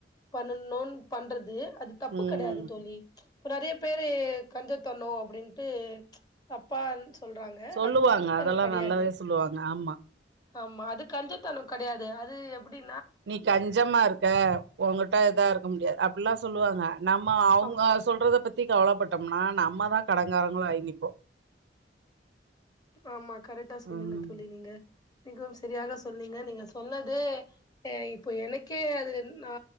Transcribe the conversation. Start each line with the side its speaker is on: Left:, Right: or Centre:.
Left: பண்ணணு பண்றது அது தப்பு
Right: ம்
Left: கடையாது தோழி இப்ப நறைய பேரு கஞ்ச தன்னோ அப்டின்ட்டு தப்பா சொல்றாங்க
Right: சொல்லுவாங்க
Left: அது கஞ்ச
Right: அதெல்லா
Left: தனோ கடையாது
Right: நல்லாவே சொல்லுவாங்க ஆமா
Left: ஆமா அது கஞ்சத்தனோ கடையாது அது எப்டி
Right: நீ கஞ்சமாருக்க ஒங்கிட்ட இதாருக்க க்க முடியாது அப்பில்லா சொல்லுவாங்க நம்ம அவுங்க
Left: ஆமா
Right: சொல்றத பத்தி பத்தி கவலப்பட்டம்னா நம்ம தா கடங்காரங்ளா ஆயி நிப்போ
Left: ஆமா கரெக்டா சொன்னிங்க
Right: ம்
Left: தோழி நீங்க மிகவும் சரியாக சொன்னிங்க நீங்க சொன்னது ஏ இப்போ எனக்கே அது என் நா